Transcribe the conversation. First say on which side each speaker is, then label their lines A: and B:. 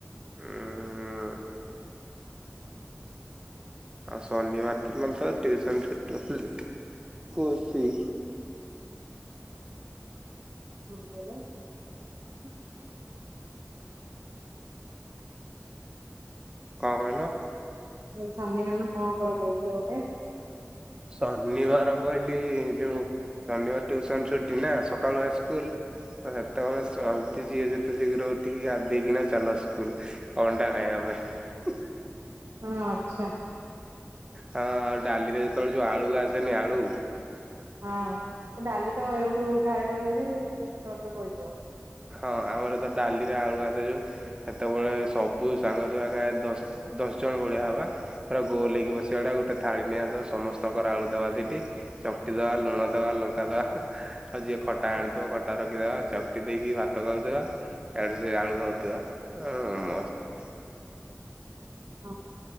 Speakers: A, on the right; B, on the right.
A: ଉଁହୁ। ଆଉ ଶନିବାର ଦିନ ତ ଟିଉସନ ଛୁଟ <inaudible> ଖୁସୀ।
B: କଣ କହିଲ? <unintelligible>
A: କଣ କହିଲ?
B: ମୁଁ କହିଲି ସନିବାନ ଦିନ କଣ କ କହୁଥିଲ ଗୋଟେ?
A: ଶନିବାର କହିଲି ଯୋଉ ଶନିବାର ଟ୍ୟୁସନ ଛୁଟି ନା ସକାଳୁଆ ସ୍କୁଲ ତ ସେତେବେଳେ ହଲଦି ଯିଏ ଯେତେ ଶୀଘ୍ର ଉଠିକି ଗାଧେଇ ଦେଇକିନା ଚାଲ ସ୍କୁଲ ଅଣ୍ଡା ଖାଇବା ପାଇଁ। ଉଁ।
B: ହଁ ଆଚ୍ଛା
A: ହଁ ଆଉ ଡାଲିରେ ଯେତେବେଳେ ଯୋଉ ଆଳୁ ଆସେନି ଆଳୁ
B: ହଁ ଡାଲି ତ ଏଇଠୁ ଢାଲି ଦବ ଯଦି ସେ କଡ଼ରେ ବୋହିଯିବ।
A: ହଁ ଆମର ତ ଡାଲିରେ ଆଳୁ ଆସେ ଯୋଉ ହେତେବେଳେ ସବୁ ସାଙ୍ଗ ଯୋଉ ଦଶ ଦସ୍ ଜ ଓ ଭଳିଆ ହେବା ପୂରା ଗୋଲ ହେଇକି ବସିବା ଗୋଟେ ଥାଳି ନେଇ ଆସିବା ସମସ୍ତଙ୍କର ଆଳୁ ଦେବା ସେଠି ଚକ ଟି ଦେବା, ଲୁଣ ଦେବା, ଲଙ୍କା ଦେବା, ଆଉ ଯିଏ ଖଟା ଆଣିଥିବ ଖଟା ରଖିଦେବା ଚ କଟି ଦେଇକି ଭାତ ଖାଉଥିବା, ଆଡେ଼ ସେ ଆଳୁ ଖାଉଥିବା ଏଁ ମସ୍ତ
B: ହ।